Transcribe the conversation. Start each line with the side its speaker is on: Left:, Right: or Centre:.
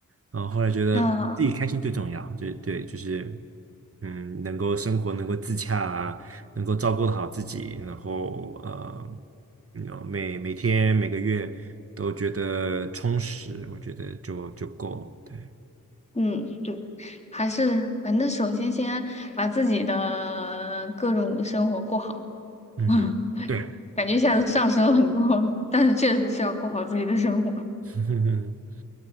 Right: 然后后来觉得自己开心最重要，
Left: 啊，
Right: 就对，就是嗯，能够生活能够自洽啊，能够照顾好自己，然后呃，嗯每每天每个月都觉得充实，我觉得就就够了。对，
Left: 嗯，对，还是反正首先先把自己的各种生活过好。
Right: 嗯哼，
Left: <laughs>
Right: 对。
Left: 感觉一下子上升了很多，但是确实是要过好自己的生活。
Right: <laughs>